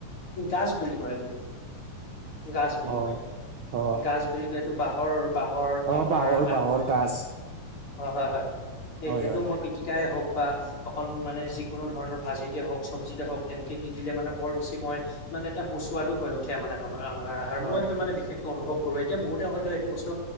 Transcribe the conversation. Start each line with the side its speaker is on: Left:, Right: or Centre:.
Left: গাজ বুলি কয় এইটোক <unintelligible> গাজ বুলি
Right: অ
Left: কয়
Right: অ
Left: গাজ বুলি কয় এইটো বাঁহৰ বাঁহৰ
Right: অ
Left: আপোনাৰ
Right: বাঁহৰ
Left: আগ
Right: বাঁহৰ গাজ
Left: হয় হয় হয় এই
Right: হয়
Left: সেইটো
Right: হয়
Left: মই পিটিকাই হওক বা অকন মানে যিকোনো ধৰণৰ ভাজিতে হওক চব্জিতে হওক তেনেকে দি দিলে মানে বৰ বেছি মই মানে এটা সুস্বাদো হৈ উঠে মানে খাবা আমাৰ <unintelligible> আৰ আহাৰ
Right: অ
Left: মই এইটো মানে বেছিকে খাওঁ <unintelligible> কৰো এতিয়া বহুতে হয়তো এইটো বস্তু